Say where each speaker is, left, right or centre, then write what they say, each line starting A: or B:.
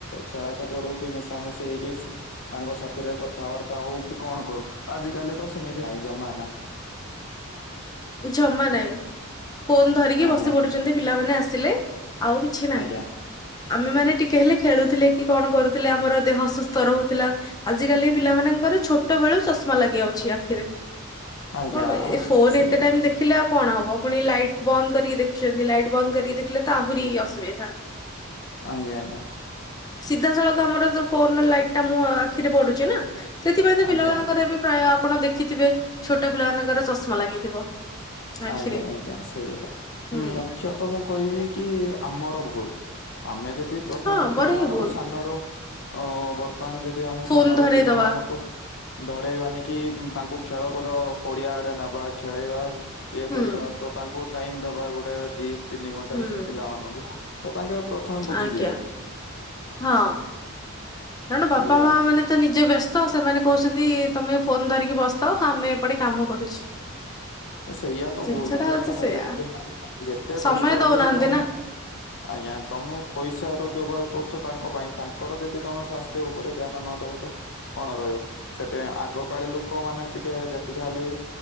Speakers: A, on the left (about 60°); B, on the left (about 20°).
A: ଖେଳାଖେଳି କରୁ କି ମିଶାମିଶି ହେଇକି ସାଙ୍ଗସାଥିରେ କ କଥାବାର୍ତ୍ତା ହଉ କି କଣ କରୁ ଆଜି କାଲି ତ ସେମିତି ନାଇଁ ଜମା ନାହିଁ।
B: ଜମା ନାଇଁ ଫୋନ ଧରିକି
A: ଆଜ୍ଞା
B: ବସି ପଢୁଛନ୍ତି ପିଲାମାନେ ଆସିଲେ। ଆଉ କିଛି ନାହିଁ
A: ଆଜ୍ଞା
B: ଆମେମାନେ ଟିକେ ହେଲେ ଖେଳୁଥିଲେ କି କଣ କରୁଥିଲେ ଆମର ଦେହ ଅସୁସ୍ ତ ରହୁଥିଲା ଆଜିିକାଲି ପିଲାମାନଙ୍କର ଛୋଟ ବେଳୁ ଚଷମା ଲାଗି ଯାଉଛି ଆଖିରେ।
A: ଆଜ୍ଞା
B: କଣ ପାଇଁ ଏ ଫୋନ
A: ସେଇଆ
B: ଏ
A: ତ
B: ଦେଖିଲେ ଆଉ କଣ ହବ ପୁଣି ଲାଇଟ୍ ବନ୍ଦ କରିକି ଦେଖୁଛନ୍ତି ଲାଇଟ୍ ବନ୍ଦ କରିକି ଦେଖିଲେ ତ ଆହୁରି ଅସୁବିଧା।
A: ଆଜ୍ଞା ଆଜ୍ଞା।
B: ସିଧାସଳଖ ଆମର ଯୋଉ ଫୋନ ଲାଇଟଟା ମୁଁହ ଆଖିରେ ପଡୁଛି ନା ସେଥିପାଇଁ ତ
A: ଆଜ୍ଞା
B: ପିଲାମାନଙ୍କର
A: ଆଜ୍ଞା।
B: ଏବେ ପ୍ରାୟ ଆପଣ ଦେଖିଥିବେ ଛୋଟ ପିଲାମାନଙ୍କର ଚଷମା ଲାଗିଥିବ। ଆଖିରେ
A: ଆଜ୍ଞା ଆଜ୍ଞା ସେଇ
B: ହୁଁ
A: ମୁଖ୍ୟତ ମୁଁ କହିବି କି ଆମର ଭୁଲ ଆମେ ଯଦି ପ୍ରଥମେ
B: ହଁ ଆମର
A: ପିଲାମାନଙ୍କୁ
B: ହିଁ ଭୁଲ
A: ସାନରୁ ଅଁ ବର୍ତ୍ତମାନ ଯଦି ଆମେ
B: ଫୋନ
A: ସାନରୁ
B: ଧରେଇଦବା
A: ପିଲାମାନଙ୍କୁ। ଧରେଇବାନି କି ତାଙ୍କୁ ଖେଳକୁଦ ପଡିଆ ଆଡେ ନେବା ଖେଳେଇବା। ଇଏ
B: ହୁଁ
A: କରିବା ତ ତାଙ୍କୁ ଟାଇମ ଦବା ଗୋଟେ ଦି ତିନି ଘଣ୍ଟା
B: ହୁଁ
A: ପିଲାମାନଙ୍କୁ ତ ତାଙ୍କେ ପ୍ର ଥମେ ବୁଝିଯିବେ।
B: ଆଜ୍ଞା ହଁ କାରଣ ବାପା
A: ସେଇଆ
B: ମା ମାନେ। ତ ନିଜେ ବ୍ୟସ୍ତ ସେମାନେ କହୁଛନ୍ତି ତମେ ଫୋନ ଧରିକି ବସିଥାଅ ହଁ ଆମେ ଏପଟେ କାମ କରୁଛୁ।
A: ସେଇଆ ତ
B: ଜିନିଷ
A: ଭୁଲ ମୁଁ
B: ଟା
A: କହିବା
B: ହଉଛି
A: କଥା
B: ସେୟା
A: ଯେତେ ଯେତେ
B: ସମୟ
A: ବ୍ୟସ୍ତ ହେଲେ
B: ଦଉନାହାନ୍ତି
A: ବି ତମେ।
B: ନା
A: ଆଜ୍ଞା ତମେ ପଇସା ରୋଜଗାର କରୁଛ ତାଙ୍କ ପାଇଁ ତାଙ୍କର ଯଦି ତମେ ସ୍ଵାସ୍ଥ୍ୟ ଉପରେ ଧ୍ୟାନ ନଦବ ତ କଣ ରହିବ ସେଥିପାଇଁ ଆଗକାଳେ ଲୋକମାନେ ଟିକିଏ ମାନେ ଯେତେ ଯାହା ହେଲେ ବି